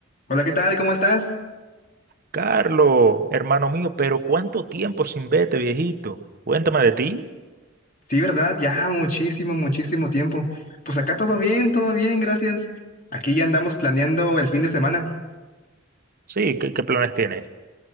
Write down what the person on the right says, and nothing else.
Carlos, hermano mío, pero ¿cuánto tiempo sin verte, viejito? Cuéntame de ti.
Sí, ¿qué, qué planes tienes?